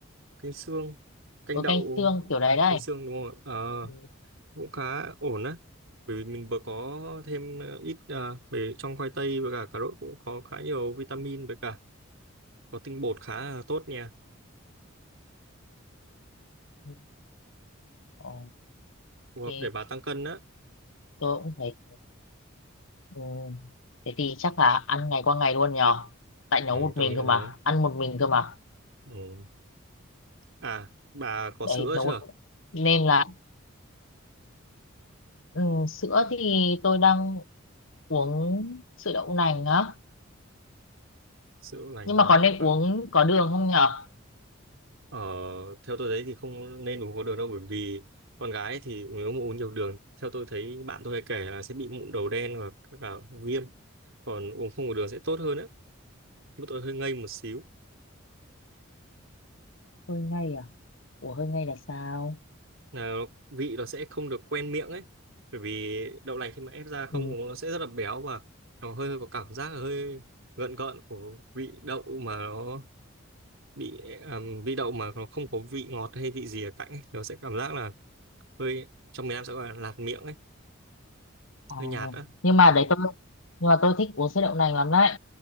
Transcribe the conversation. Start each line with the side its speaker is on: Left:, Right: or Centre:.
Right: canh xương canh
Left: Ừ,
Right: đậu
Left: canh xương kiểu đấy đây.
Right: canh xương đúng không ạ? Ờ
Left: Ừ.
Right: cũng khá ổn á bởi vì mình vừa có thêm ờ, ít ờ, về trong khoai tây với cả cà rốt cũng có khá nhiều vitamin với cả có tinh bột khá là tốt nha
Left: ừ. Ồ,
Right: phù hợp
Left: Ok,
Right: để bà tăng cân á
Left: tôi cũng thấy Ừ. Thế thì chắc là ăn ngày qua ngày luôn nhờ tại nấu
Right: ừ,
Left: một
Right: tôi
Left: mình
Right: nghĩ
Left: cơ mà
Right: thế
Left: ăn một mình cơ mà
Right: ừ. à bà có
Left: đấy
Right: sữa
Left: nấu
Right: chưa
Left: một... nên là ừ, sữa thì tôi đang uống sữa đậu nành á
Right: sữa lành
Left: nhưng
Right: cũng
Left: mà
Right: là
Left: có nên
Right: cũng khá
Left: uống có đường không nhở
Right: ờ, theo tôi thấy thì không nên uống có đường đâu bởi vì con gái thì nếu mà uống nhiều đường theo tôi thấy bạn tôi hay kể là sẽ bị mụn đầu đen và các cả viêm còn uống không có đường sẽ tốt hơn á Bữa tôi hơi ngây một xíu
Left: hơi ngay à ủa hơi ngay là sao
Right: là vị nó sẽ không được quen miệng ấy bởi vì đậu lành khi mà ép ra không
Left: ừ.
Right: uống nó sẽ rất là béo và nó hơi, hơi có cảm giác là hơi gợn gợn của vị đậu mà nó bị ừm, vị đậu mà nó không có vị ngọt hay vị gì ở cạnh ấy. nó sẽ cảm giác là hơi trong miền Nam sẽ gọi là lạt miệng ấy
Left: à.
Right: hơi nhạt á
Left: nhưng mà đấy tôi nhưng mà tôi thích uống sữa đậu nành lắm đấy